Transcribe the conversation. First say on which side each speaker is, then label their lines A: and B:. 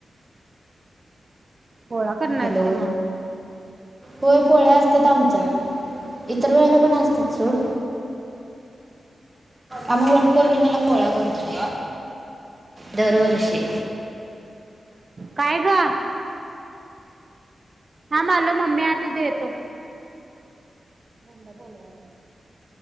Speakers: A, on the right; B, on the right.
A: गोळा करणारच
B: हॅलो
A: का मग
B: होय पोळ्या असतात आमच्या इतर वेळेला पण असतात सोड आम्ही वट पौर्णिमेला पोळा करतो दरवर्षे
A: काय का हा माल मम्मी ह तिथे येतो गंड बोलवाले